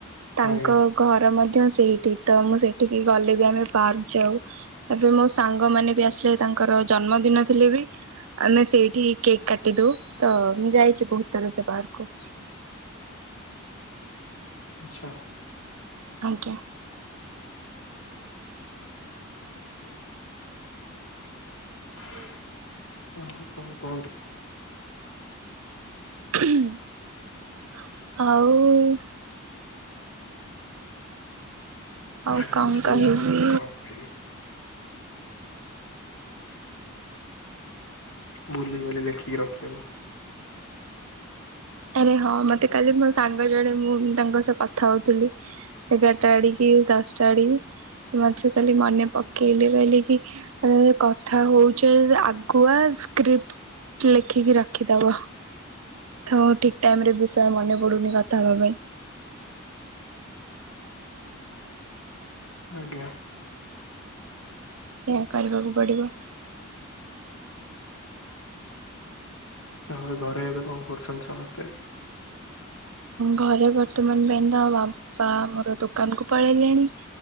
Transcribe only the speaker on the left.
ଆଜ୍ଞା
ଆଛା।
ହଁ, କ'ଣ କୁହନ୍ତୁ?
ଆଜି
ବି ସେଇଆ
ହଉଛି କ'ଣ କହିବି? ଭୁଲି ଗଲି ଲେଖିକି ରଖିବାକୁ।
ଆଜ୍ଞା।
ତ ଘରେ ଏବେ କ'ଣ କରୁଛନ୍ତି ସମସ୍ତେ?